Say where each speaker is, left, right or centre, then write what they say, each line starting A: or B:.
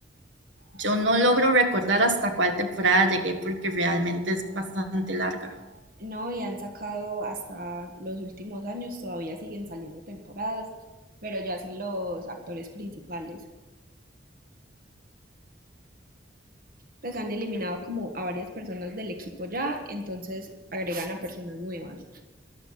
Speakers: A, on the right; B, on the right.
A: Yo no logro recordar hasta cuál temporada llegué porque realmente es bastante larga.
B: No, y han sacado hasta los últimos años, todavía siguen saliendo temporadas, pero ya sin los actores principales. Pues han eliminado como a varias personas del equipo ya, entonces agregan a personas nuevas.